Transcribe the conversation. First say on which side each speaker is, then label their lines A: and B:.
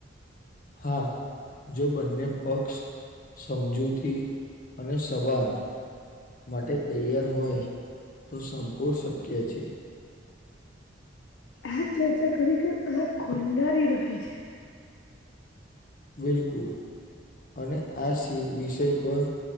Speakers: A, on the left (about 45°); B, on the left (about 70°).
A: હા, જો બંને પક્ષ સમજૂતી અને સવાદ માટે તૈયાર હોય તો સંપૂર્ણ શક્ય છે.
B: આ ચર્ચા ખરેખર આંખ ખોલનારી રહી છે.
A: બિલકુલ અને આ સી વિષય પર